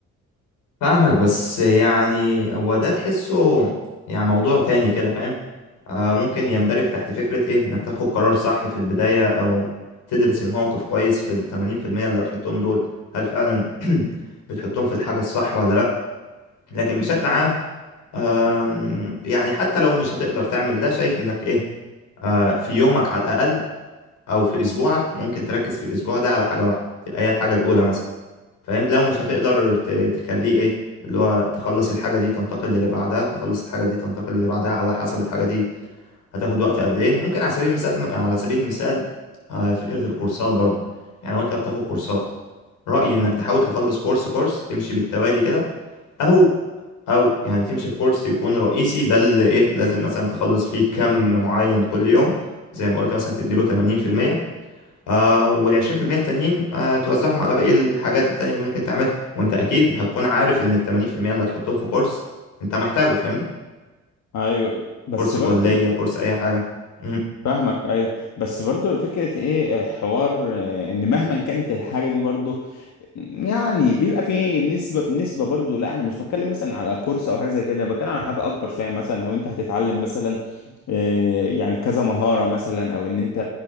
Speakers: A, on the left (about 90°); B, on the left (about 65°).
A: فاهمك بس يعني هو ده تحسه يعني موضوع تاني كده فاهم آه ممكن يندرج تحت فكرة ايه انك تاخد قرار صح في البداية او تدرس الموقف كويس في التمانين في المية اللي هتحطهم دول هل فعلا <clears throat> بتحطهم في الحاجة الصح ولا لأ لكن بشكل عام آم، يعني حتى لو مش هتقدر تعمل ده شايف انك ايه آه في يومك على الأقل او في اسبوعك ممكن تركز في الاسبوع ده على حاجة واحدة تبقى هي الحاجة الأولى مثلا فاهم لو مش هتقدر ت- تخليه ايه اللي هو تخلص الحاجة دي تنتقل للي بعدها تخلص الحاجة دي تنتقل للي بعدها على حسب الحاجة دي هتاخد وقت قد ايه ممكن على سبيل المثال على سبيل المثال آه، فكرة الكورسات برضو يعني وانت بتاخد كورسات رأيي
B: مم.
A: انك تحاول تخلص كورس كورس تمشي بالتوالي كده او او يعني تمشي في كورس يكون رئيسي ده اللي ايه لازم مثلا تخلص فيه كم معين كل يوم زي ما قلت مثلا تديله 80% آه وال20% التانيين آه توزعهم على باقي الحاجات التانية اللي ممكن تعملها وانت اكيد هتكون عارف ان ال80% اللي هتحطهم في كورس انت محتاجه فاهمني
B: ايوه بس
A: كورس
B: برضو
A: كلية كورس اي حاجة مم.
B: فاهمك ايوه بس برضو فكره ايه آه، حوار آه، ان مهما كانت الحاجه دي برضو يعني بيبقى في نسبة نسبة برضو لا انا مش بتكلم مثلا على كورس او حاجة زي كده انا بتكلم على حاجة اكبر شوية مثلا لو انت هتتعلم مثلا آه، يعني كذا مهارة مثلا او ان انت